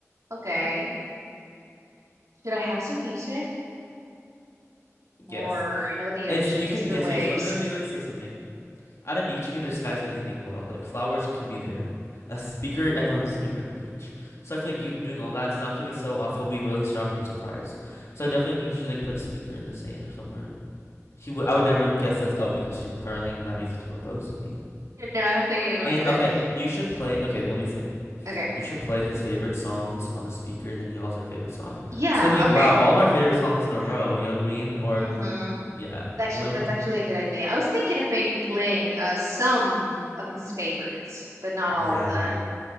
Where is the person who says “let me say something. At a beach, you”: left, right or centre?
Left